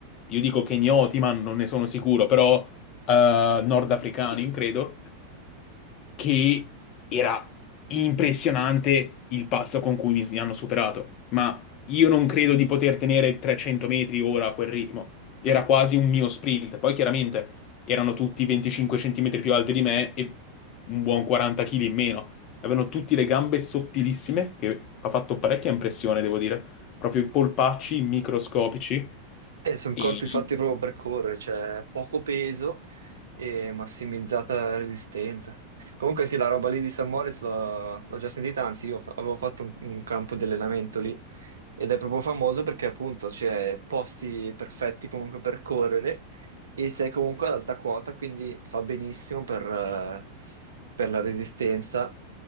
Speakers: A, on the left; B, on the right.
A: io dico kenyoti, ma non ne sono sicuro, però eh, nordafricani, credo che era impressionante il passo con cui mi hanno superato, ma io non credo di poter tenere 300 metri ora a quel ritmo. Era quasi un mio sprint. Poi chiaramente erano tutti 25 centimetri più alti di me e un buon 40 kg in meno. Avevano tutti le gambe sottilissime, che ha fatto parecchia impressione, devo dire. Proprio i polpacci microscopici
B: Eh, sono
A: e
B: corpi fatti proprio per correre, cioè poco peso e massimizzata resistenza. Comunque sì, la roba lì di San Moritz l'ho l'ho già sentita, anzi io fa- avevo fatto un, un campo di allenamento lì ed è proprio famoso perché appunto c'è posti perfetti comunque per correre e sei comunque ad alta quota, quindi fa benissimo per, eh, per la resistenza,